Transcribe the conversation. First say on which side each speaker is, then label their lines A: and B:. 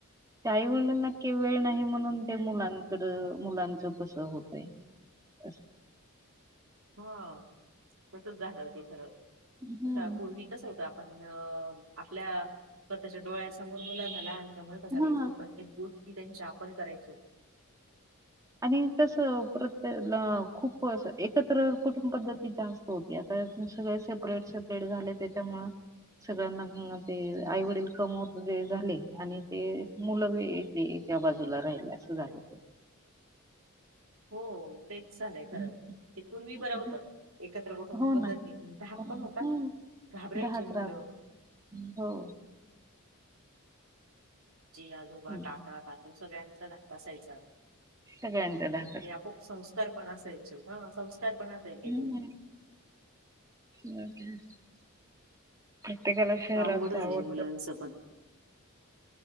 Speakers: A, on the right (about 15°); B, on the right (about 70°).
A: ते काही वडीलांना की वेळ नाही म्हणून ते मुलांकड मुलांच कस होतय असं
B: हा तसंच झालं होत खरं
A: हम्म
B: तसं पूर्वी कसं होत पण आपल्या स्वतःच्या डोळ्यासमोर मुलांना लहान समजा जरा
A: हा
B: एक दोन प्रत्येक गोष्टी त्यांच्या आपण करायचो
A: आणि तसं प्रत्येक खूप अस एकत्र कुटुंब पद्धतीच्या अस हो की आता सगळे सेपरेट, सेपरेट झाले त्याच्यामुळ सगळ्यांना ते आईवडील कमवते झाले आणि ते मुलंबी एक ते एक्या बाजूला राहिले असं झालं
B: हो तेच झालंय खरं
A: हं,
B: ते पूर्वी
A: हं,
B: बरं होतं
A: हं.
B: एकत्र कुटुंब
A: हो
B: पद्धतीने
A: ना
B: धाक
A: हम्म
B: पण होता घाबरायचे
A: दहाच
B: मुलं
A: राहतात हो
B: जे आजोबा
A: हम्म.
B: काका, काकू सगळ्यांचा धाक असायचा
A: सगळ्यांचाच
B: आपोआप संस्कार पण असायचे ह संस्कार पण असायचे
A: हम्म.
B: ते
A: <unintelligible> प्रत्येकाला शहरात
B: अवघड
A: जावं
B: झालंय
A: वाटतं
B: मुलांचं पण.